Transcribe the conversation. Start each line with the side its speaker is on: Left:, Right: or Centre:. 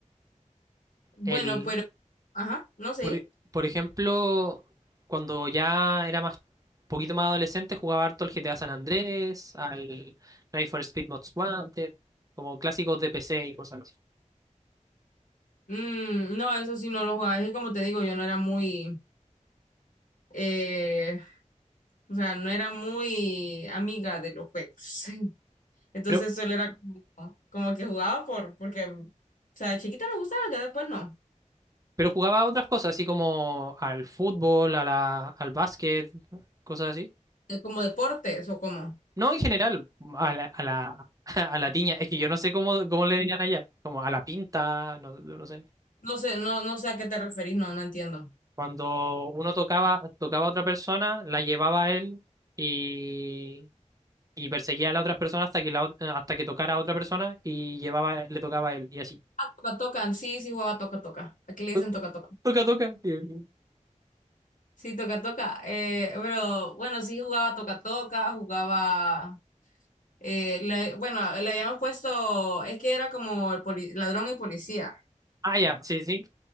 Left: Bueno,
Right: El,
Left: pero, ajá, no sé.
Right: por, e- por ejemplo, cuando ya era más, poquito más adolescente, jugaba harto el GTA San Andrés, al Need for Speed Most Wanted, como clásicos de PC y cosas así.
Left: Mm, no, eso sí no lo jugaba. Es que como te digo, yo no era muy, eh, O sea, no era muy amiga de los juegos. <laughs> Entonces
Right: pero
Left: solo era como, como que jugaba por, porque, o sea, de chiquita me gustaba, ya después no.
Right: Pero jugaba a otras cosas, así como al fútbol, a la, al básquet, cosas así.
Left: Eh, Como deportes o como.
Right: No, en general, a la, a la, <laughs> a la tiña. Es que yo no sé cómo, cómo le dirían allá. Como a la pinta, no, no sé.
Left: No sé, no, no sé a qué te referís, no, no entiendo.
Right: Cuando uno tocaba, tocaba a otra persona, la llevaba a él y, y perseguía a la otra persona hasta que, la, ot- hasta que tocara a otra persona y llevaba, le tocaba a él y así.
Left: Ah, toca, tocan, sí, sí jugaba toca, toca. Aquí
Right: <laughs>
Left: le
Right: To-
Left: dicen toca, toca.
Right: Toca, toca. Y-
Left: Sí, toca, toca. Eh, pero bueno, sí jugaba toca, toca, jugaba. eh, le- bueno, le habíamos puesto, es que era como el poli- ladrón y policía.
Right: Ah, ya, sí, sí.